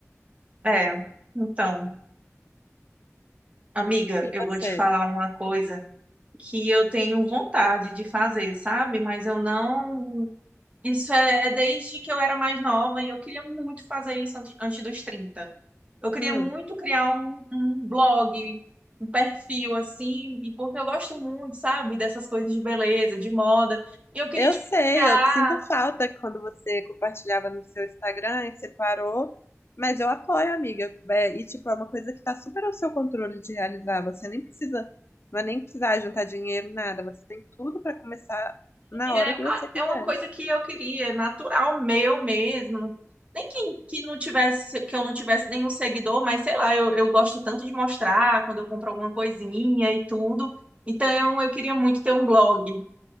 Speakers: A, on the right; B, on the left.
A: É. Então, amiga,
B: E
A: eu
B: você?
A: vou te falar uma coisa que eu tenho vontade de fazer, sabe? Mas eu não. Isso é desde que eu era mais nova e eu queria muito fazer isso ante- antes dos trinta Eu queria
B: Hum,
A: muito criar um, um blog, um perfil assim, e porque eu gosto muito, sabe, dessas coisas de beleza, de moda. E eu queria,
B: eu
A: tipo,
B: sei,
A: criar.
B: eu sinto falta quando você compartilhava no seu Instagram e você parou mas eu apoio, amiga. É, e tipo, é uma coisa que tá super ao seu controle de realizar. Você nem precisa, vai nem precisar juntar dinheiro, nada. Você tem tudo pra começar na
A: É,
B: hora
A: ah,
B: que você quiser.
A: é uma coisa que eu queria, natural, meu mesmo. Nem que, que não tivesse, que eu não tivesse nenhum seguidor, mas sei lá, eu, eu gosto tanto de mostrar quando eu compro alguma coisinha e tudo. Então, eu queria muito ter um blog.